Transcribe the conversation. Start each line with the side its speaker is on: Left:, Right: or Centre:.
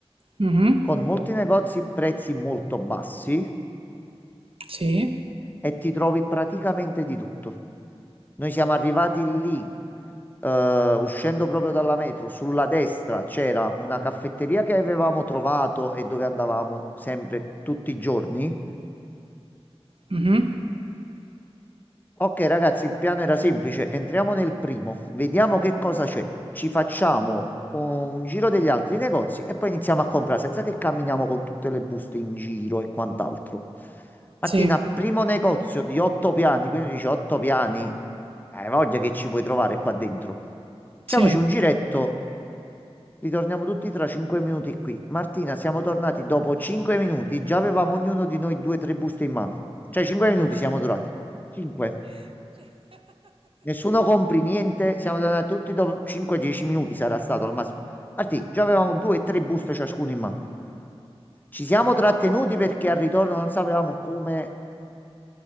Right: Mhm.
Left: con molti negozi prezzi molto bassi
Right: Sì.
Left: e ti trovi praticamente di tutto. Noi siamo arrivati lì, eh, uscendo proprio dalla metro, sulla destra c'era una caffetteria che avevamo trovato e dove andavamo sempre tutti i giorni.
Right: Mhm.
Left: Ok, ragazzi, il piano era semplice. Entriamo nel primo, vediamo che cosa c'è. Ci facciamo uh, un giro degli altri negozi e poi iniziamo a comprare senza che camminiamo con tutte le buste in giro e quant'altro. Martina,
Right: Sì.
Left: primo negozio di otto piani, quindi dice otto piani. Hai voglia che ci puoi trovare qua dentro. Facciamoci
Right: Sì,
Left: un giretto, ritorniamo tutti tra cinque minuti qui. Martina, siamo tornati dopo cinque minuti, già avevamo ognuno di noi due o tre buste in mano. Cioè, cinque minuti siamo durati. Cinque. Nessuno compri niente, siamo tornati tutti dopo 5-10 minuti sarà stato al massimo. Martì, già avevamo due o tre buste ciascuno in mano. Ci siamo trattenuti perché al ritorno non sapevamo come